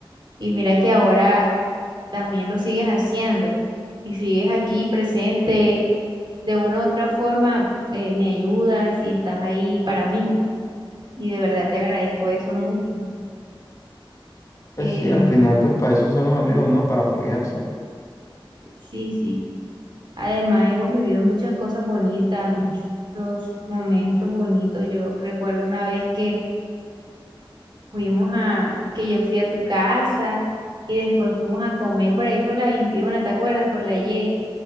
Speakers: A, on the right; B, on the left.
A: Y mira que ahora también lo sigues haciendo y sigues aquí presente. De una u otra forma, eh, me ayudas y estás ahí para mí. Y de verdad te agradezco eso mucho.
B: pues
A: Em,
B: sí, al final, pues para eso son los amigos, ¿no? Para apoyarse.
A: sí, sí. Además, hemos vivido muchas cosas bonitas, muchos momentos bonitos. Yo recuerdo una vez que Fuimos a, que yo fui a tu casa y después fuimos a comer por ahí por la 21, ¿te acuerdas? Por la Y.